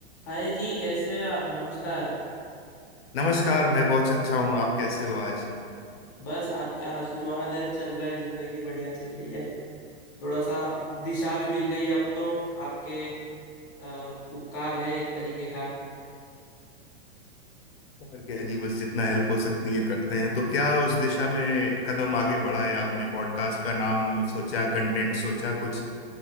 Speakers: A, on the left; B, on the left.
A: हाय जी कैसे हैं आप नमस्कार
B: नमस्कार मैं बहुत अच्छा हूँ आप कैसे हो आज
A: बस आपका आशीर्वाद है चल रहा है जिंदगी बढ़िया चल रही है थोड़ा सा दिशा भी मिल गई है अब तो आपके अ, उपकार है एक तरीके का
B: और क्या जी बस जितना हेल्प हो सकती है करते हैं तो क्या उस दिशा में कदम आगे बढ़ाए आपने पॉडकास्ट का नाम सोचा कंटेंट सोचा कुछ